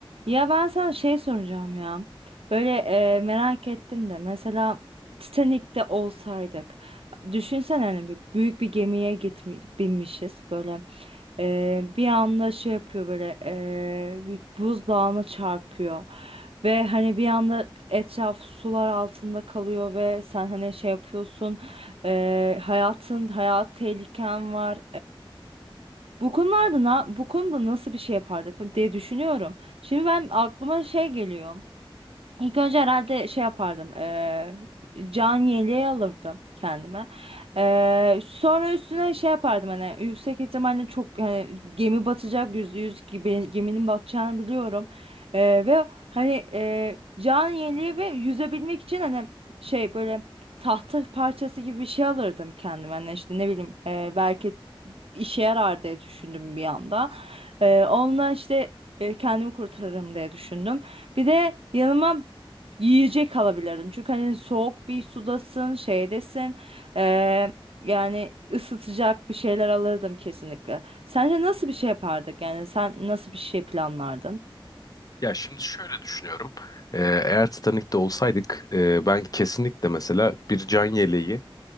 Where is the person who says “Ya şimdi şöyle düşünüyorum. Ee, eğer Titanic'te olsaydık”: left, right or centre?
Left